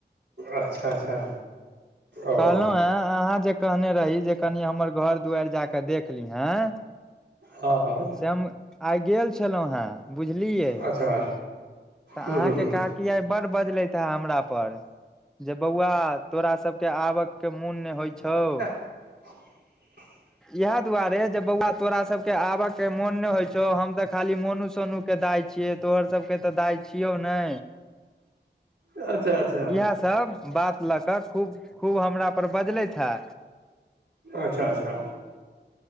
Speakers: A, on the right; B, in the centre.
A: अच्छा अच्छा ओ
B: कहलौं एं अहाँ जे कहने रही जे कनि हमर घर दुआरि जा कऽ देख लीहैं
A: हँ हँ
B: से हम आइ गेल छलौंहें। बुझलियै तऽ
A: अच्छा
B: अहाँके
A: हूँ हूँ हूँ
B: काक कि आय बड़ बजलथि है हमरा पर जे बौआ तोरा सब के आबक के मोन नहि होइ छौ
A: <inaudible>
B: इहै दुआरे जे बौआ तोरा सब के आब के मोन नै होई छौ, हम त खाली मोनू सोनु के दाय छियै तोहर सबके तऽ दाय छियौ नै।
A: अच्छा अच्छ
B: इहै सभ बात लऽ कऽ खूब खूब हमरा पर बजलैथ है।
A: अच्छा अच्छा।